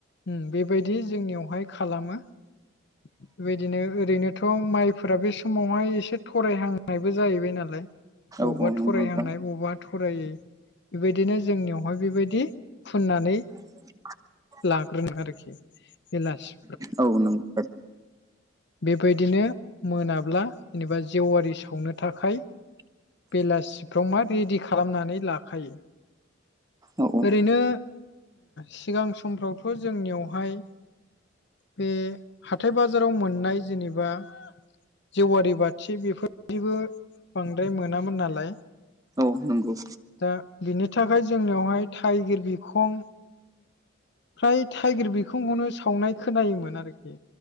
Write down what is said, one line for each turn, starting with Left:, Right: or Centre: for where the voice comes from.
Left: उम बेबायदि जोंनियावहाय खालामो बेबायदिनो ओरैनोथ' थ' माइफोरा बे समावहाय एसे थरायहांनायबो जाहैबाय नालाय। बबावबा
Right: औ औ नंगौ
Left: थरायहांनाय
Right: नोंथां
Left: बबावबा थरायै बेबायदिनो जोंनियावहाय बेबायदि फुननानै
Right: <inaudible>
Left: लाग्रो <unintelligible> आरोखि। बिलास
Right: औ नंगौ
Left: बेबायदिनो मोनाब्ला जेनेबा जेवारि सावनो थाखाय
Right: <inaudible>
Left: बेलासिफ्राव मा रेडि खालामनानै लाखायो
Right: औ नंगौ औ
Left: ओरैनो
Right: औ नंगौ औ नंगौ औ नंगौ औ नंगौ औ
Left: सिगां समफ्रावथ' जोंनियावहाय बे हाथाय बाजाराव मोननाय जेनेबा जेवारि बाथि बेफोरदिबो बांद्राय मोनामोन नालाय।
Right: औ नंगौ
Left: दा बिनि थाखाय जोंनियावहाय थाइगिर बिखं फ्राय थटाइगिर बिखंखौनो सावनाय खोनायोमोन आरोखि।